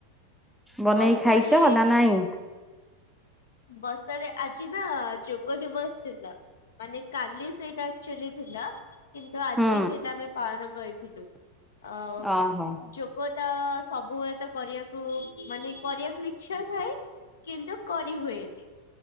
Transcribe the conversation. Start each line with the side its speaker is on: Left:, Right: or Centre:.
Centre: ବନେଇକି
Left: ବର୍ଷାରେ
Centre: ଖାଇଛ ନା ନାଇଁ।
Left: ବସରେ ଆଜି ନା ଯୋଗ ଦିବସ ଥିଲା। ମାନେ କାଲି ସେଇଟା ଆକଚୁଆଲି ଥିଲା। କିନ୍ତୁ ଆଜି
Centre: ହୁଁ
Left: ସେଇଟା ଆମେ ପାଳନ କରିଥିଲୁ ଅ
Centre: ଓହୋ
Left: ଯ ଗୋଟା ସବୁବେଳେ ତ କରିବାକୁ ମାନେ କରିବାକୁ ଇଚ୍ଛା ଥାଏ କିନ୍ତୁ କ ସେମିତ୍ ହୁଏନି